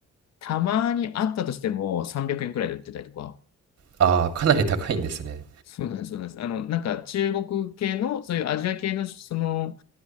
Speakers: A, on the left; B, on the right.
A: たまにあったとしても300円くえんくらいで売ってたりとか。
B: ああ、かなり高いんですね。
A: そうなんです、そうなんです。あの、なんか中国系の、そういうアジア系の、その、